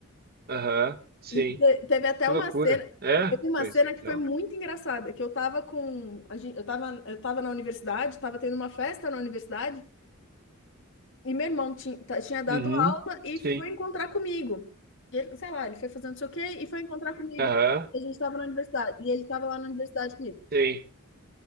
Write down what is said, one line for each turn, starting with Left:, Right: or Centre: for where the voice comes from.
Right: aham, sim.
Left: E te- teve até
Right: Que
Left: uma
Right: loucura.
Left: cena,
Right: É?
Left: teve uma
Right: Pois
Left: cena que
Right: então,
Left: foi muito
Right: né?
Left: engraçada, que eu tava com, a gente, eu tava, eu tava na universidade, tava tendo uma festa na universidade, e meu irmão tinha, tinha dado
Right: Uhum,
Left: aula e
Right: sim.
Left: foi encontrar comigo. E ele, sei lá, ele foi fazendo não sei o quê e foi encontrar comigo.
Right: Aham,
Left: E A gente tava na universidade, e ele tava lá na universidade comigo.
Right: sim.